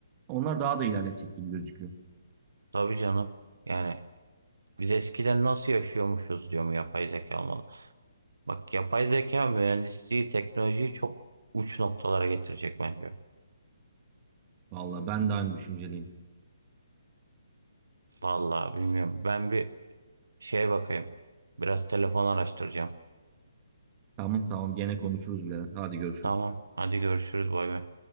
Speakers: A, on the right; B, on the right.
A: Onlar daha da ilerletecek gibi gözüküyor.
B: Tabii canım. Yani biz eskiden nasıl yaşıyormuşuz diyor mu yapay zeka olmalı. Bak yapay zeka mühendisliği, teknolojiyi çok uç noktalara getirecek bence.
A: Vallahi ben de aynı düşünceliyim.
B: Vallahi bilmiyorum. Ben bir şeye bakayım. Biraz telefon araştıracağım.
A: Tamam tamam gene konuşuruz birader. Hadi görüşürüz.
B: Tamam. Hadi görüşürüz. Bay bay.